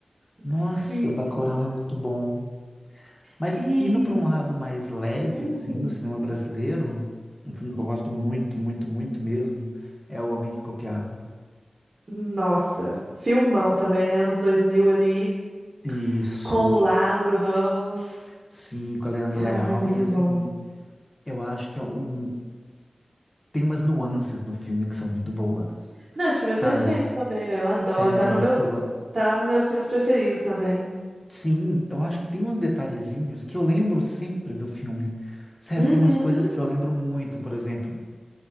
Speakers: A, on the left (about 25°); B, on the right (about 55°).
A: Nossa,
B: Sim.
A: Bacurau é muito bom. Mas
B: E.
A: indo para um lado mais leve,
B: hum,
A: assim, do cinema brasileiro, um filme que eu gosto muito, muito, muito mesmo, é O Homem que Copiava.
B: Nossa, filmão também, né? Anos 2000 ali.
A: Isso,
B: com o Lázaro Ramos.
A: sim, com a Leandro
B: Cara,
A: Leal,
B: muito
A: e assim,
B: bom.
A: eu acho que é um, tem umas nuances no filme que são muito boas,
B: Não, esse filme
A: sabe?
B: é perfeito também, velho. Eu adoro.
A: É,
B: Tá no meus,
A: eu, go-
B: tá nos meus filmes preferidos também.
A: sim, eu acho que tem uns detalhezinhos que eu lembro sempre do filme. Sério,
B: Uhum.
A: tem umas coisas que eu lembro muito, por exemplo,